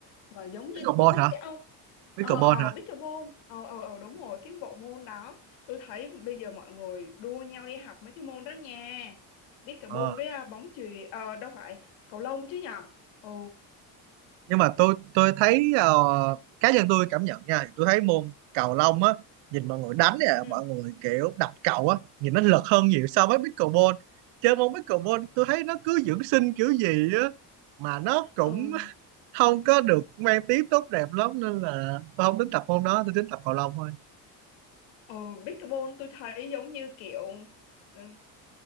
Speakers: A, on the left (about 80°); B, on the right (about 75°).
A: mà giống như
B: pickleball
A: tennis
B: hả
A: ấy ông
B: pickleball
A: ờ ờ
B: hả
A: pickleball ờ ờ ờ đúng rồi cái bộ môn đó tôi thấy bây giờ mọi người đua nhau đi học mấy cái môn đó nha pickleball
B: ờ
A: với à, bóng chuyền ờ đâu phải cầu lông chứ nhở ừ
B: nhưng mà tôi tôi thấy ờ, cá nhân tôi cảm nhận nha tôi thấy môn cầu lông á nhìn mọi người đánh nè
A: ừ
B: mọi người kiểu đập cầu á nhìn nó lật hơn nhiều so với pickleball chơi môn pickleball tôi thấy nó cứ dưỡng sinh kiểu gì á mà nó cũng
A: ừ
B: <laughs> không có được mang tiếng tốt đẹp lắm nên là tôi không tính tập môn đó tôi tính tập cầu lông thôi
A: ừ pickleball tôi thấy giống như kiểu ừ,